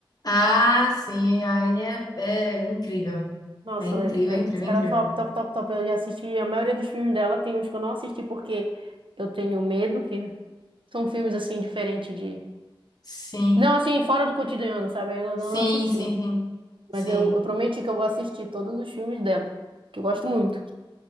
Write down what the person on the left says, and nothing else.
Ah, sim, a Anne é, é incrível.
É incrível,
incrível,
incrível.
Sim.
Sim,
sim, sim. Sim.